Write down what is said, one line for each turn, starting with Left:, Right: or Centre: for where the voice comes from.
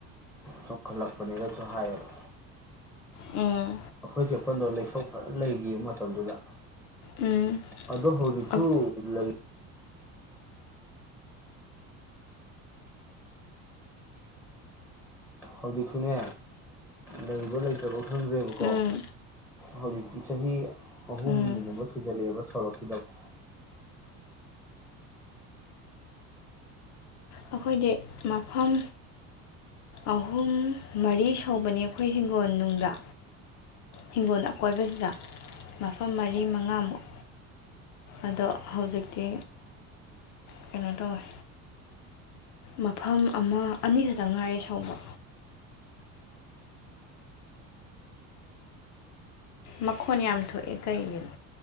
Centre: ꯆꯣꯡꯈꯠꯂꯛꯄꯅꯤꯅꯁꯨ ꯍꯥꯏꯌꯦꯕ
Left: ꯎꯝ
Centre: ꯑꯩꯈꯣꯏ ꯆꯦꯛꯄꯜꯗꯣ ꯂꯩꯁꯣꯛꯄ ꯂꯩꯈꯤ ꯃꯇꯝꯗꯨꯗ
Left: ꯎꯝ
Centre: ꯑꯗꯣ ꯍꯧꯖꯤꯛꯁꯨ
Left: ꯑꯧ
Centre: ꯂꯩ ꯍꯧꯖꯤꯛꯁꯨꯅꯦ ꯂꯩꯕ ꯂꯩꯇꯕ ꯈꯪꯗ꯭ꯔꯦꯕꯀꯣ
Left: ꯎꯝ
Centre: ꯍꯧꯖꯤꯛꯇꯤ ꯆꯍꯤ ꯑꯍꯨꯝꯒꯨꯝꯕ
Left: ꯎꯝ
Centre: ꯁꯨꯖꯜꯂꯛꯑꯦꯕ ꯁꯣꯔꯛꯈꯤꯗꯕ
Left: ꯑꯩꯈꯣꯏꯗꯤ ꯃꯐꯝ ꯑꯍꯨꯝ ꯃꯔꯤ ꯁꯧꯕꯅꯤ ꯑꯩꯈꯣꯏ ꯍꯤꯡꯒꯣꯜꯅꯨꯡꯗ ꯍꯤꯡꯒꯣꯜ ꯑꯀꯣꯏꯕꯁꯤꯗ ꯃꯐꯝ ꯃꯔꯤ ꯃꯉꯥꯃꯨꯛ ꯑꯗꯣ ꯍꯧꯖꯤꯛꯇꯤ ꯀꯩꯅꯣ ꯇꯧꯋꯦ ꯃꯐꯝ ꯑꯃ ꯑꯅꯤꯈꯛꯇꯪ ꯉꯥꯏꯔꯦ ꯁꯥꯎꯕ ꯃꯈꯣꯟ ꯌꯥꯝ ꯊꯣꯛꯑꯦ ꯀꯩꯒꯤꯅꯣ